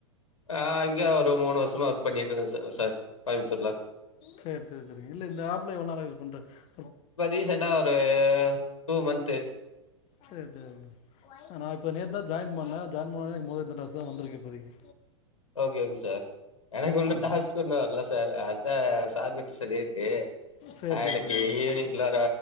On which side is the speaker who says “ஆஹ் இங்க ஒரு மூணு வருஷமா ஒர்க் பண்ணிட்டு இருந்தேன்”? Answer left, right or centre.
Left